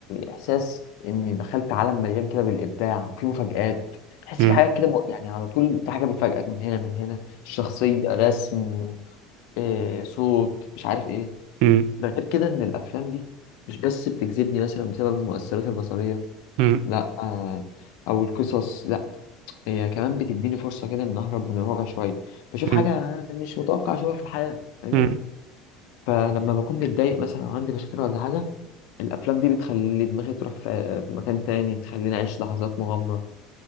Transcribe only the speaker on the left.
احساس اني دخلت عالم مليان كده بالابداع وفيه مفاجآت تحس
في حاجات كده م- يعني على طول في حاجه بتفاجئك من هنا من هنا الشخصيه رسم إيه صوت مش عارف ايه
ده غير كده ان الافلام دي مش بس بتجذبني مثلا بسبب المؤثرات البصريه
لا آه او القصص لا هي كمان بتديني فرصه كده ان اهرب من الواقع شويه بشوف حاجه
مش متوقع اشوفها في الحياه فاهمني
فلما بكون متضايق مثلا أو عندي مشاكل ولا حاجه الافلام دي بتخلي دماغي تروح في في مكان تاني تخليني اعيش لحظات مغامره